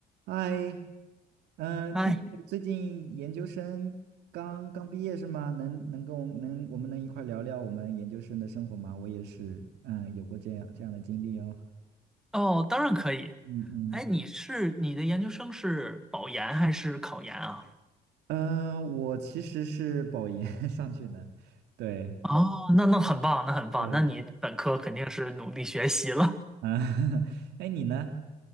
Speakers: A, on the right; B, in the centre.
A: 嗨，嗯，
B: 哎，
A: 听说你最近研究生刚刚毕业是吗？能能跟我能我们能一块儿聊聊我们研究生的生活吗？我也是，嗯，有过这样这样的经历哦。
B: 哦，当然可以。
A: 嗯嗯
B: 哎，你是你的研究生是保研还是考研啊？
A: 嗯，呃我其实是保研 <laughs> 上去的，对
B: 哦，那那很棒，那很棒。
A: 对，
B: 那你本科肯定是努力学习了。
A: 啊，<laughs> 哎，你呢？